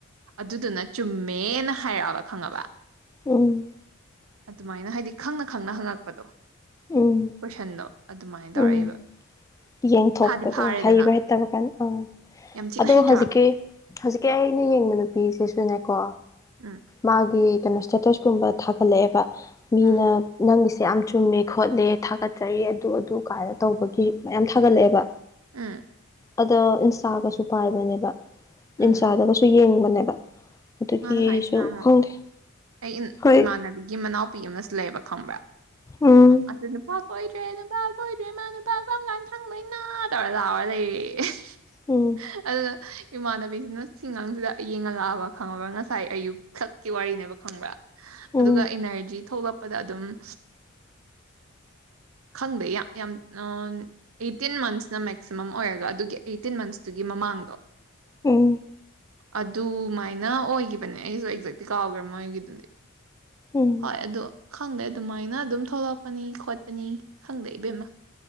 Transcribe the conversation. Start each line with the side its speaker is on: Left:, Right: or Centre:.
Right: ꯑꯗꯨꯗꯨꯅ ꯆꯨꯝꯃꯦꯅ ꯍꯥꯏꯔꯛꯑꯕ ꯈꯪꯉꯕ
Left: ꯎꯝ
Right: ꯑꯗꯨꯃꯥꯏꯅ ꯍꯥꯏꯗꯤ ꯈꯪꯅ ꯈꯪꯅ ꯍꯪꯉꯛꯄꯗꯣ
Left: ꯎꯝ
Right: ꯀꯣꯏꯁꯟꯗꯣ ꯑꯗꯨꯃꯥꯏꯅ ꯇꯧꯔꯛꯏꯕ
Left: ꯎꯝ ꯌꯦꯡꯊꯣꯛ
Right: ꯐꯥꯗꯤ
Left: ꯄꯗꫭ
Right: ꯐꯥꯔꯦꯗꯅ
Left: ꯍꯩꯕ ꯍꯩꯇꯕ ꯀꯥꯟ ꯑꯥ
Right: ꯌꯥꯝ ꯊꯤꯅ
Left: ꯑꯗꯣ
Right: ꯍꯩꯇ꯭ꯔꯥ
Left: ꯍꯧꯖꯤꯛꯀꯤ ꯍꯧꯖꯤꯛꯀꯤ ꯑꯩꯅ ꯌꯦꯡꯕ ꯅꯨꯄꯤꯁꯤꯁꯨꯅꯦꯀꯣ
Right: ꯎꯝ
Left: ꯃꯥꯒꯤ ꯀꯩꯅꯣ ꯁꯇꯦꯇꯁꯀꯨꯝꯕ ꯊꯥꯒꯠꯂꯛꯑꯦꯕ ꯃꯤꯅ
Right: ꯎꯝ
Left: ꯅꯪꯒꯤꯁꯦ ꯌꯥꯝ ꯆꯨꯝꯃꯦ ꯈꯣꯠꯂꯦ ꯊꯥꯒꯠꯆꯔꯤ ꯑꯗꯨ ꯑꯗꯨ ꯀꯥꯏꯅ ꯇꯧꯕꯒꯤ ꯃꯌꯥꯝ ꯊꯥꯒꯠꯂꯛꯑꯦꯕ
Right: ꯎꯝ
Left: ꯑꯗꫭ ꯏꯟꯁꯇꯥꯥꯒꯁꯨ ꯄꯥꯏꯕꯅꯦꯕ
Right: ꯎꯝ
Left: ꯏꯟꯁꯥꯗꯒꯁꯨ ꯌꯦꯡꯕꯅꯦꯕ ꯑꯗꯨꯒꯤꯁꯨ
Right: ꯃꯥꯅ ꯍꯥꯏꯁꯤꯅ ꯑꯃꯨꯛ
Left: ꯈꯪꯗꯦ
Right: ꯑꯩ
Left: ꯍꯣꯏ
Right: ꯏꯃꯥꯟꯅꯕꯤꯒꯤ ꯃꯅꯥꯎ ꯅꯨꯄꯤ ꯑꯃꯁꯨ ꯂꯩꯕ ꯈꯪꯕ꯭ꯔ
Left: ꯎꯝ
Right: ꯑꯗꯨ ꯅꯨꯄꯥ ꯀꯣꯏꯗ꯭ꯔꯦ ꯅꯨꯄꯥ ꯀꯣꯏꯗ꯭ꯔꯦ ꯃꯥ ꯅꯨꯄꯥ ꯀꯪꯀꯥꯟ ꯐꯩꯗꫭꯏꯅꫭ ꯇꯧꯔꯒ ꯂꯥꯎꯔ ꯂꯩꯔ‌ꯦꯌ‌ꯦ
Left: ꯎꯝ
Right: ꯑꯗꯨꯅ ꯏꯃꯥꯟꯅꯕꯤꯁꯤꯅ ꯁꯤꯑꯉꯥꯡꯁꯤꯗ ꯌꯦꯡꯍꯜꯂꯛꯑꯕ ꯈꯪꯉꯕ꯭ꯔꯥ ꯉꯁꯥꯏ ꯑꯌꯨꯛ ꯁꯛꯀꯤ ꯋꯥꯔꯤꯅꯦꯕ ꯈꯪꯕ꯭ꯔꯥ ꯑꯗꯨꯒ
Left: ꯎꯝ
Right: ꯏꯅꯔꯖꯤ ꯊꯣꯛꯂꯛꯄꯗ ꯑꯗꯨꯝ ꯈꯪꯗꯦ ꯌꯥꯝ ꯑꯩꯇꯤꯟ ꯃꯟꯁꯅ ꯃꯦꯛꯁꯤꯃꯝ ꯑꯣꯏꯔꯒ ꯑꯗꯨꯒꯤ ꯑꯩꯇꯤꯟ ꯃꯟꯁꯇꯨꯒꯤ ꯃꯃꯥꯡꯗꯣ
Left: ꯎꯝ
Right: ꯑꯗꯨꯃꯥꯏꯅ ꯑꯣꯏꯈꯤꯕꯅꯦ ꯑꯩꯁꯨ ꯑꯦꯛꯖꯦꯛꯇꯤ ꯀꯥꯎꯈ꯭ꯔꯦ ꯃꯣꯏꯒꯤꯗꯨꯗꯤ
Left: ꯎꯝ
Right: ꯍꯣꯏ ꯑꯗꯣ ꯈꯪꯗꯦ ꯑꯗꯨꯃꯥꯏꯅ ꯑꯗꯨꯝ ꯊꯣꯛꯂꯛꯄꯅꯤ ꯈꯣꯠꯄꯅꯤ ꯈꯪꯗꯦ ꯏꯕꯦꯝꯃ